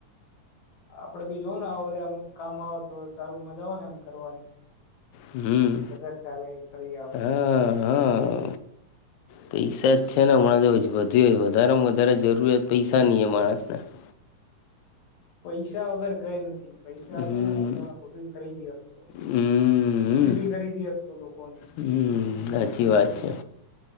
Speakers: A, on the left; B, on the left.
A: આપડે બી જોવ ને આવ વધારે અમુક કામ આવે તો સારું મજા આવે ને એમ કરવાની.
B: હમ
A: ધગસ ચાલે એ કરીએ આપડે
B: હા હા. પૈસા જ છે ને હણા તો વધી હોય વધારેમાં વધારે જરૂરિયાત પૈસા નની એ માણસના. <inaudible>
A: પૈસા વગર કઈ નથી પૈસા
B: હમ
A: હશે ને તો તમે બધું ખરીદી આપશો.
B: હમ હમ
A: ખુશી ભી કરી દી અસો લોકોની.
B: હમ સાચી વાત છે.